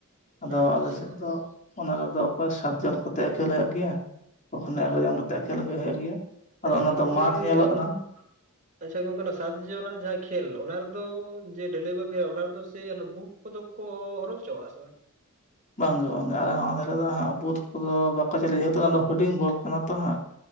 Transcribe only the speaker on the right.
ᱟᱪᱪᱷᱟ
ᱦᱩᱸ
ᱟᱪᱪᱷᱟ
ᱜᱚᱝᱠᱮ
ᱟᱪᱪᱷᱟ ᱜᱚᱢᱠᱮ ᱥᱟᱛ ᱡᱚᱱᱟᱜ ᱡᱟᱦᱟᱸ ᱠᱷᱮᱞ ᱚᱱᱟ ᱨᱮᱫᱚ ᱡᱮ <unintelligible> ᱚᱱᱟ ᱨᱮᱫᱚ ᱥᱮ ᱵᱩᱴ ᱠᱚᱫᱚ ᱠᱚ ᱦᱚᱨᱚᱜ ᱪᱚᱣᱟᱜ ᱟᱜ ᱥᱮ ᱵᱟᱝ